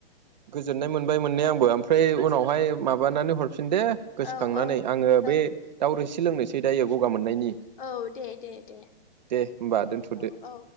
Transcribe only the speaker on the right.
गोजोननाय मोनबाय मोननाया आंबो ओमफ्राय उनावहाय माबानानै हरफिन हरफिन दे गोसोखांनानै
आङो
बे दाउरोसि लोंनोसै दायो गगा मोन मोननायनि
दे होमबा दोनथ'दो
<unintelligible>